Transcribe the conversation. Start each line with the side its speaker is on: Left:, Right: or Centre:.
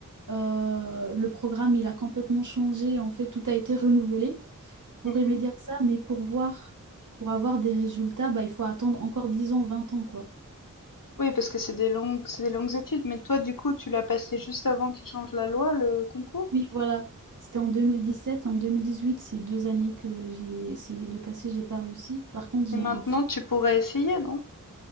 Right: euh, le programme, il a complètement changé. En fait, tout a été renouvelé pour
Left: mhm.
Right: remédier à ça. Mais pour voir, pour avoir des résultats, bah, il faut attendre encore 10 ans, 20 ans, quoi.
Left: Oui, parce que c'est des longues, c'est des longues études, mais toi, du coup, tu l'as passé juste avant qu'ils changent la loi, le concours?
Right: Oui, voilà. C'était en 2017 et en deux mille dix huit c'est deux années que j'ai essayé de passer, j'ai pas réussi. Par contre, j'ai
Left: Et maintenant,
Right: un frère.
Left: tu pourrais essayer, non?